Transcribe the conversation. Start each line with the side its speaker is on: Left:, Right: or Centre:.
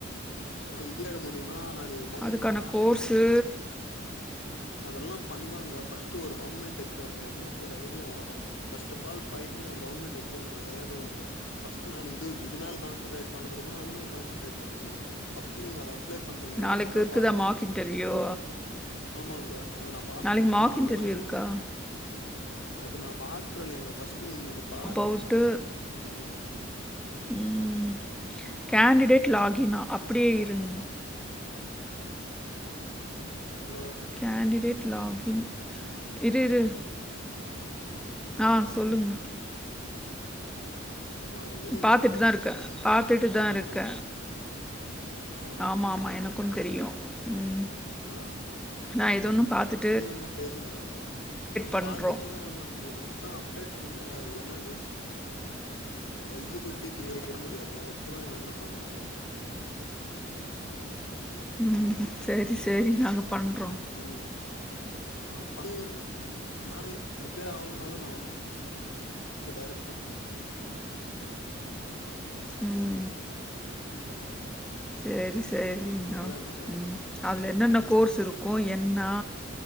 Left: நா இது ஆய்ட முடியுமா நானு ஒண்ணுதா
Centre: அதுக்கான
Left: கான்சன்ரேட்
Centre: கோர்ஸு
Left: பண்ண முடியுமா சொல்லுங்க அதெல்லா பண்லாங்க ஃபஸ்ட்டு ஒரு கவர்மெண்ட் எக்ஸாம் எழுதுனா ஒரு ஐடியா வரு ஃபர்ஸ்ட் அஃப் ஆல் பயன நா கவன்மெண்ட் எக்ஸாம் நா ஏதுவங்க ஃபஸ்டு நான் இது இது நாள் கான்சன்ட்ரேட் பண்ண முடிமா அது மேல் கான்சன்ட்ரேட் பண்ண முடிமா ஃபஸ்ட் நீங்க அது அ ப்ளை பண்ணுங்க
Centre: நாளைக்கு
Left: வந்தா
Centre: இருக்குதா
Left: பாக்லா
Centre: மார்க் இன்டர்வியூ
Left: ஆமாங்க அது நா பாத்துக்றங்க
Centre: நாளைக்கு மார்க்
Left: அதெல்லா
Centre: இன்டர்வியூ
Left: இல்
Centre: இருக்கா
Left: அது நா பாத்துக்கறேலங்க ஃபஸ்டு நீங்க இது பாரு
Centre: அவுட்டு
Left: ங்க
Centre: ம் கேண்டிடேட் லாகினா அப்டியே இருங்க
Left: ஹலோ
Centre: கேண்டிடேட் லாகின் இரு இரு ஆ சொல்லுங்க
Left: ஆ எதுங்க
Centre: பாத்துட்டுதா
Left: அதெல்லா
Centre: இருக்க பாத்துட்டுதா
Left: பண்ண
Centre: இருக்க
Left: முடியாதுங்க ஆ
Centre: ஆமா ஆமா எனக்கு தெரியு ம்
Left: ஆ
Centre: நா ஏதொன்னு பாத்துட்
Left: அப்டே என்னா பேசுங்க்கா
Centre: பண்றோம்.
Left: பாத்துட்டுனா ஒன்னு பண்ண முடியாது எதுனா அப்டேட் பண்ணுங்க இல்லனா அது எலிஜிபிலிட்டி த்ரீய விட முடியாதுல இப்பதா என்னென பண்ணாலு
Centre: ம் செரி செரி நாங்க பண்றோ
Left: ம் ஆ பண்ணுங்கன்தா நானே பிரிப்பேர் ஆகனுனாலு நா வந்து டெரக்டா
Centre: ம்
Left: அ
Centre: செரி செரிங்க
Left: என்னங்க
Centre: ம் அதுல என்னென்ன
Left: ஆ
Centre: கோர்ஸ் இருக் கு என்னா